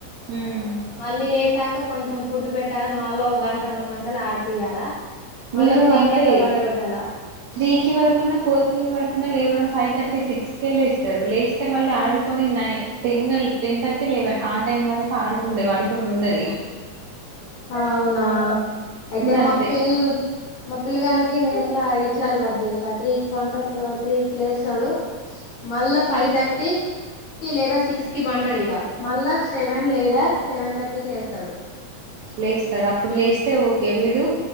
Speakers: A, on the right; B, on the left.
A: ఉమ్,
B: మళ్ళీ లేసాక్ క కొంచెం ఫుడ్ పెట్టాలా మళ్ళా ఒక గంట రెండు గంటలు ఆడిపియాలా మళ్ళా
A: వీడు
B: త్రీకి
A: అంతే
B: అట్లా బండ పెట్టాలా
A: త్రీ కి పడుకున్నా ఫోర్ కి పడుక్ నా లేవడం ఫైవ్ థర్టీ సిక్స్ కేే లేస్తాడు లేస్తే మళ్ళీ ఆడుకొని నై టెన్ టెన్ థర్టీ సేవన్ ఆ టైం వరకు ఆడుకుండే పడుకుం ఉండదిగా
B: అవునా అయితే
A: అంతే
B: మా పిల్ మా పిల్లగానికి కే ఇట్లా ఇట్ల అలవాటు చేసా త్రీకి పంటాడు త్రీ కి లేస్తాడు మళ్ళా ఫైవ్ థర్టీ
A: అ
B: కి లేదా సిక్స్ కి బంటాడు ఇగ మళ్ళా సెవెన్ లేదా సెవెన్ థర్టీ కి లేస్తాడు.
A: లేస్తాడు అప్పుడు లేస్తే ఓకే వీడు